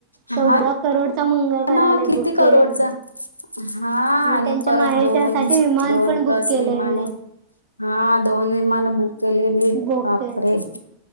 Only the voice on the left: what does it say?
हा
ना
किती
करोडचा
हा आणि
परत
दोन
दोन
प्लस
विमानं
हा दोन विमान बुक केलेली
बापरे